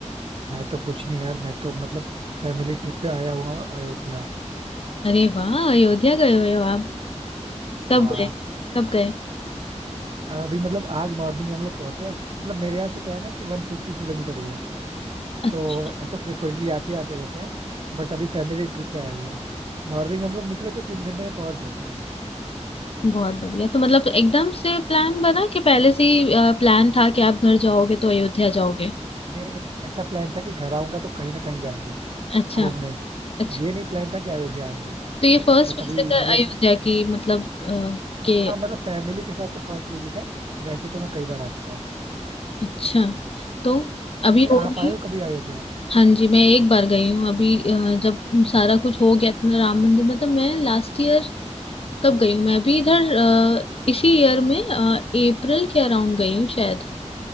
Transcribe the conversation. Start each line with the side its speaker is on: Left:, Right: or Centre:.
Right: मैं तो कुछ नहीं यार मैं तो मतलब फैमिली ट्रिप पे आया हुआ हूँ अयोध्या
Left: अरे वाह अयोध्या गए हुए हो आप
Right: हाँ
Left: कब गए कब गए
Right: अभी मतलब आज मॉर्निंग में हम लोग पहुंचे हैं मतलब मेरे यहाँ से क्या है ना कि वन फिफ्टी किलोमीटर ही है
Left: अच्छा,
Right: तो ऐसा फ्रिक्वेंटली आते आते रहते हैं बट अभी फैमिली ट्रिप पे आए हुए हैं मॉर्निंग में हम लोग निकले थे तीन घंटे में पहुंच गए थे
Left: बहुत बढ़िया तो मतलब एकदम से प्लान बना कि पहले से ही प्लान था कि आप घर जाओगे तो अयोध्या जाओगे
Right: नहीं नहीं ऐसा प्लान था कि घर आऊंगा तो कहीं ना कहीं जाएंगे
Left: अच्छा
Right: घूमने
Left: अच्छा
Right: ये नहीं प्लान था कि अयोध्या आएंगे
Left: तो ये फर्स्ट
Right: बट
Left: विजिट
Right: अभी मतलब
Left: है अयोध्या की मतलब अ, के
Right: हाँ मतलब फैमिली के साथ तो फर्स्ट विजिट है वैसे तो मैं कई बार आ चुका हूँ
Left: अच्छा तो अभी
Right: वैसे
Left: हो
Right: आप
Left: गई
Right: आए हो कभी आए होते आप
Left: हाँ जी मैं एक बार गई हूँ अभी अ, जब सारा कुछ हो गया अपना राम मंदिर में तो मैं लास्ट ईयर कब गई हूँ मैं अभी इधर अ, इसी ईयर में अप्रैल के अराउंड गई हूँ शायद